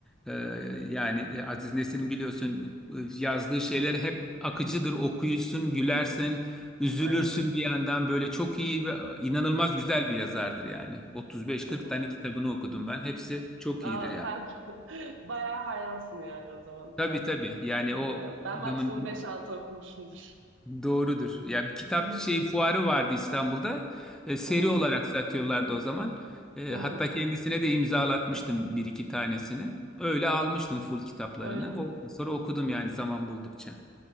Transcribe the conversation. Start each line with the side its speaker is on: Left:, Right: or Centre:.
Centre: E,
Right: hı hı.
Centre: yani e, Aziz Nesin biliyorsun e, yazdığı şeyler hep akıcıdır. Okuyucusun, gülersin, üzülürsün
Right: Aynen.
Centre: bir yandan. Böyle çok iyi ve inanılmaz güzel bir yazardır yani. 35-40
Right: Hı hı.
Centre: tane kitabını okudum ben. Hepsi çok
Right: Aa,
Centre: iyidir yani.
Right: sen <laughs> bayağı hayransın yani o zaman.
Centre: Tabii tabii. Yani o
Right: Ya, Ben
Centre: adamın
Right: maksimum beş altı okumuşumdur.
Centre: Doğrudur. Ya bir kitap
Right: <laughs>
Centre: şey fuarı vardı İstanbul'da. E, seri
Right: Hı hı,
Centre: olarak satıyorlardı o zaman. E,
Right: hı.
Centre: hatta kendisine de imzalatmıştım bir iki tanesini. Öyle almıştım full kitaplarını.
Right: Öyle.
Centre: Ondan sonra okudum yani zaman buldukça.